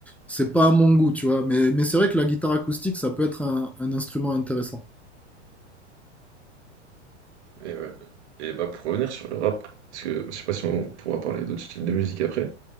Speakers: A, in the centre; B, on the right.
A: c'est pas à mon goût, tu vois. Mais, mais c'est vrai que la guitare acoustique, ça peut être un, un instrument intéressant.
B: Et, ouais. Et bah pour revenir sur le rap, parce que je sais pas si on pourra parler d'autres styles de musique après,